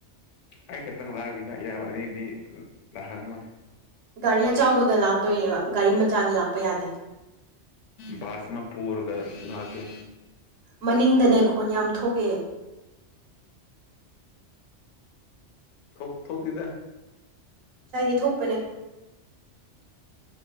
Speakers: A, on the left (about 85°); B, on the right (about 65°).
A: ꯑꯩ ꯈꯛꯇꯪ ꯂꯥꯛꯅꯤꯅ ꯏꯌꯥꯝꯕ ꯑꯅꯤꯗꯤ ꯂꯥꯛꯍꯪꯉꯣꯏ
B: ꯒꯥꯔꯤ ꯑꯆꯥꯎꯕꯗ ꯂꯥꯛꯇꯣꯏꯅꯦꯕ ꯒꯥꯔꯤ ꯃꯆꯥꯗ ꯂꯥꯛꯄ ꯌꯥꯗꯦ
A: ꯕꯥꯁ ꯃ ꯄꯨꯔꯒ ꯂꯥꯛꯀꯦ
B: ꯃꯅꯤꯡꯗꯅꯦ ꯈꯣꯟ ꯌꯥꯝ ꯊꯣꯛꯑꯦ
A: ꯊꯣꯛ ꯊꯣꯛꯇꯦꯗ
B: ꯉꯁꯥꯏꯗꯤ ꯊꯣꯛꯄꯅꯦ